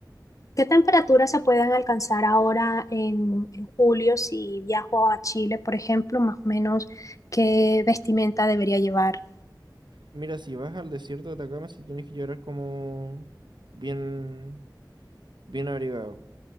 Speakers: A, on the left (about 45°); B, on the right (about 75°).
A: ¿Qué temperaturas se pueden alcanzar ahora en, en julio si viajo a Chile, por ejemplo? Más o menos, ¿qué vestimenta debería llevar?
B: Mira, si vas al desierto de Atacama, sí tienes que llorar como bien, bien abrigado.